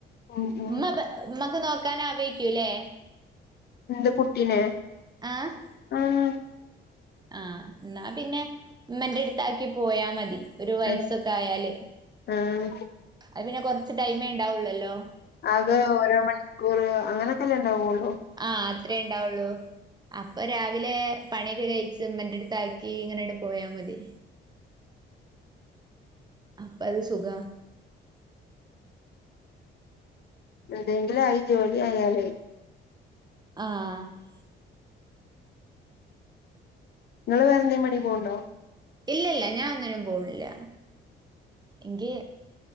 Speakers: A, on the left (about 55°); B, on the right (about 20°).
A: ഉം ഉം
B: മ്മ മ്മക്ക് നോക്കാനറ്യേക്കൂല്ലേ
A: ന്ത് കുട്ടീനെ
B: ആഹ്
A: ആഹ്
B: ആഹ് ന്നാ പിന്നെ മ്മന്റെട്ത്താക്കി പോയാ മതി ഒരു വയസ്സൊക്കായാല്
A: ആഹ് ആഹ്
B: അത് പിന്നെ കൊർച്ച് ടൈമേ ണ്ടാവുള്ളല്ലോ
A: അത് ഓരോ മണിക്കൂർ അങ്ങനൊക്കെല്ലേണ്ടാവൊള്ളൂ
B: ആഹ് അത്രേണ്ടാവുള്ളൂ അപ്പൊ രാവിലെ പണിയൊക്കെ കഴിച്ച മന്റെട്ത്താക്കിങ്ങനട് പോയാ മതി അപ്പത് സുഖ
A: ന്തെങ്കിലു അയി ജോലി ആയാലേ
B: ആഹ്
A: നിങ്ങൾ വറെന്തേ പണി പോണ്ടോ?
B: ഇല്ലല്ല ഞാനൊന്നിനും പോണില്ല ങ്കി